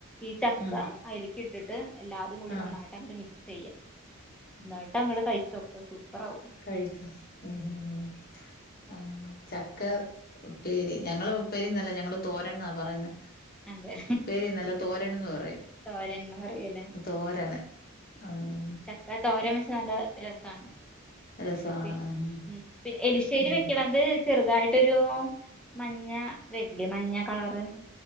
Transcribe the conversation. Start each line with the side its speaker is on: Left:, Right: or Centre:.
Centre: ഈ ചക്ക
Left: ഉം
Centre: അയിലേക്ക് ഇ ഇട്ടിട്ട് എല്ലാതും കൂടി
Left: ആഹ്
Centre: നന്നായിട്ട് അങ്ങട്ട് മിക്സെയ്യാ എന്നട്ട് അങ്ങട് കഴിച്ചോക്ക് സൂപ്പറാവും
Left: കഴിക്ക ഉം ഉം ആഹ് ചക്ക ഉപ്പേരി ഞങ്ങള് ഉപ്പേരി എന്നല്ല ഞങ്ങള് തോരൻന്നാ പറയുന്നെ
Centre: അതെ
Left: ഉപ്പേരിന്നല്ല തോരനെന്ന് പറയും
Centre: തോരൻന്ന് പറയലേ
Left: തോരന് ആഹ്
Centre: ഇന്ന തോരൻ വെച്ച നല്ല രസാണ്
Left: രസാണ്
Centre: പിന്നെ
Left: ആഹ്
Centre: ഉം പിന്നെ എരിശ്ശേരി
Left: ആഹ് ഉം
Centre: വെക്ക്ണത് ചെറുതായിട്ടൊരു മഞ്ഞ വര്ല്ലേ മഞ്ഞ കളറ്?